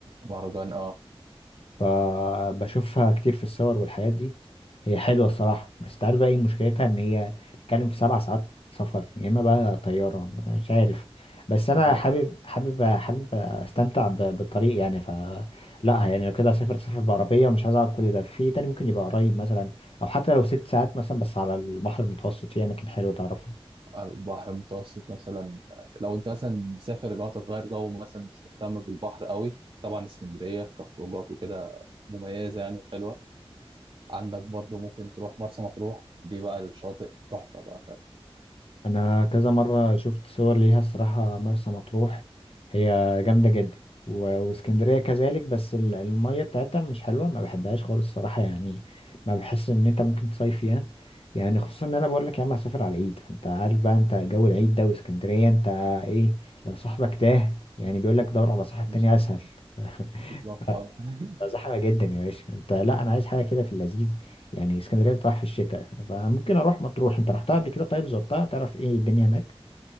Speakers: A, on the right; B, on the left.
A: مهرجان اه
B: فبشوفها كتير في الصور والحاجات دي هي حلوة الصراحة بس تعرف بقى ايه مشكلتها ان هي بتتكلم في سبع ساعات سفر يا اما بقى طيارة مش عارف بس انا
A: و-
B: حابب حابب حابب استمتع ب- بالطريق يعني ف لا يعني لو كده اسافر سفر بعربية ومش عايز اقعد كل ده في تاني ممكن يبقى قريب مثلا او حتى لو ست ساعات مثلا بس على البحر المتوسط في اماكن حلوة تعرف
A: على البحر المتوسط مثلا لو انت مثلا مسافر اللي هو أنت تغير جو مثلا مش مهتم بالبحر قوي طبعا اسكندرية كخروجات وكده مميزة يعني وحلوة عندك برضو ممكن تروح مرسى مطروح دي بقى الشاطئ تحفة بقى فاهم
B: انا كذا مره شفت صور ليها الصراحه مرسى مطروح هي جامده جدا و- واسكندريه كذلك بس ال- الميه بتاعتها مش حلوه ما بحبهاش خالص الصراحه يعني ما بحس ان انت ممكن تصيف فيها يعني خصوصا ان انا بقول لك يا عم هسافر على العيد فانت عارف بقى انت جو العيد ده واسكندريه انت ايه لو صاحبك تاه يعني بيقول لك دور على صاحب
A: يعني
B: تاني
A: مش
B: اسهل <laughs>
A: بالظبط اه <laughs>
B: بقى زحمة جدا يا باشا انت لا انا عايز حاجة كده في اللذيذ يعني اسكندرية بتروح في الشتاء فممكن اروح مطروح انت رحتها قبل كده طيب زرتها تعرف ايه الدنيا هناك